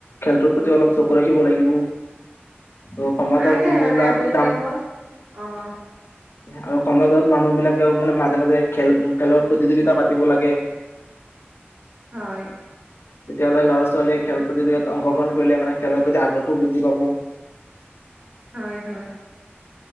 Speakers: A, on the left; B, on the right.
A: খেলটোৰ প্ৰতি অলপ চকু ৰাখিব লাগিব। আৰু সমাজৰ
B: আহে
A: যিবিলাক
B: মানে আবেলি
A: ডাঙ
B: টাইমত অ'।
A: আৰু সমাজৰ মানুহবিলাকেও মানে মাজে মাজে খেল খেলৰ প্ৰতিযোগিতা পাতিব লাগে।
B: হয়।
A: তেতিয়াহ'লে ল'ৰা ছোৱালীয়ে খেল প্ৰতিযোগিতাত অংশগ্ৰহণ কৰিলে মানে খেলৰ প্ৰতি আগ্ৰহও বৃদ্ধি পাব।
B: হয় হয়।